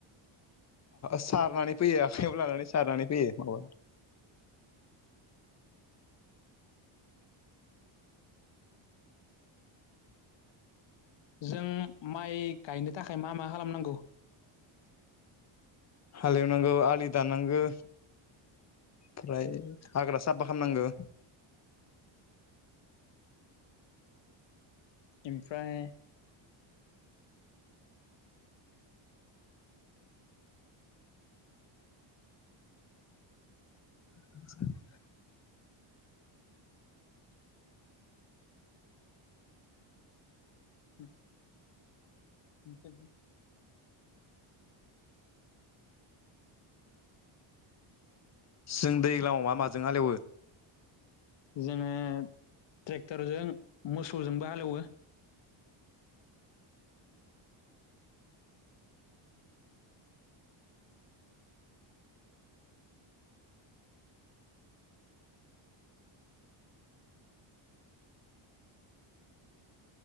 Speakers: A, on the left; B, on the left.
A: सारनानै फैयो आखाइयाव लानानै सारनानै फैयो
B: जों माइ गायनो थाखाय मा मा खालामनांगौ?
A: हालेवनांगौ आलि दानांगौ। फ्राय हाग्रा साफा खालामनांगौ।
B: ओमफ्राय।
A: <inaudible>
B: <inaudible> <unintelligible>
A: जों दैज्लाङाव मा माजों हालेवो?
B: जोंङो ट्रेक्टरजों मोसौजोंबो हालेवो।